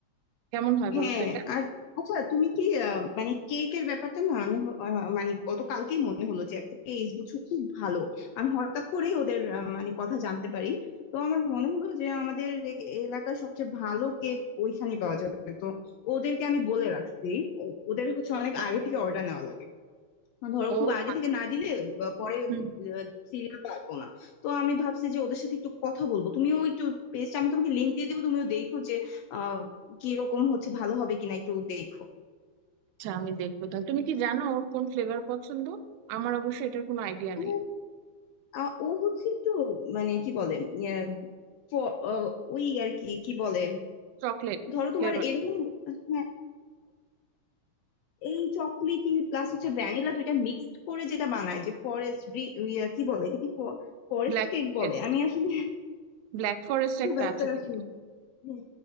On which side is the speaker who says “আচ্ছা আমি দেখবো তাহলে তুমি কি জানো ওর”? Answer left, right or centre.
Right